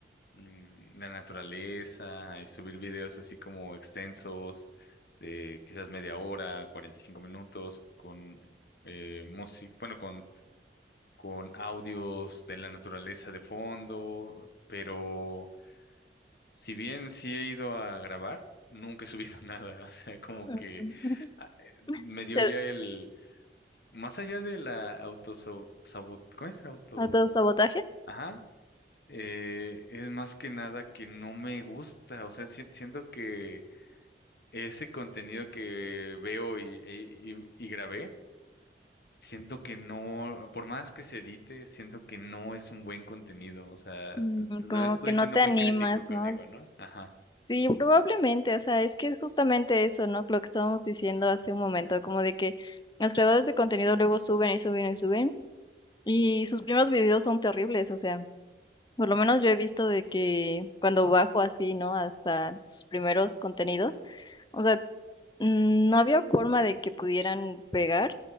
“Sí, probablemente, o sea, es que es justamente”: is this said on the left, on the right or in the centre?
Left